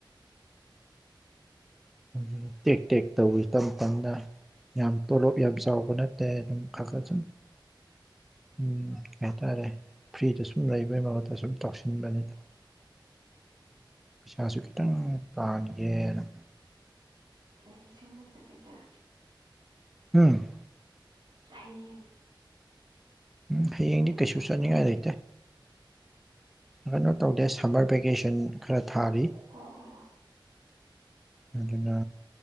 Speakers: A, in the centre; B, on the right.
A: ꯎ ꯇꯦꯛ ꯇꯦꯛ ꯇꯧꯋ ꯇꯞ ꯇꯞꯅ ꯌꯥꯝ ꯇꯣꯂꯣꯞ ꯌꯥꯝ ꯆꯥꯎꯕ ꯅꯠꯇꯦ ꯑꯗꯨꯝ ꯈꯔ ꯈꯔ ꯁꯨꯝ ꯎꯝ ꯀꯩ ꯍꯥꯏꯇꯥꯔꯦ ꯐ꯭ꯔꯤꯗ ꯁꯨꯝ ꯂꯩꯕꯩ ꯃꯍꯨꯠꯇ ꯁꯨꯝ ꯇꯧꯁꯤꯟꯕꯅꯤꯅ
B: <unintelligible>
A: ꯄꯩꯁꯥꯁꯨ ꯈꯤꯇꯪ ꯄꯥꯟꯒꯦꯅ
B: ꯑꯩ ꯁ ꯆ
A: ꯎꯝ
B: ꯍꯌꯦꯡ
A: ꯎꯝ ꯍꯌꯦꯡꯗꯤ
B: ꯑꯃꯨꯛ ꯆꯠꯇꯣꯏꯔꯣ
A: ꯀꯩꯁꯨ ꯆꯠꯅꯤꯡꯉꯥꯏ ꯂꯩꯇꯦ ꯀꯩꯅꯣ ꯇꯧꯗꯦ ꯁꯝꯕꯔ ꯚꯦꯀꯦꯁꯟ ꯈꯔ ꯊꯥꯔꯤ
B: ꯑꯣ ꯑꯣ ꯑꯣ
A: ꯑꯗꯨꯅ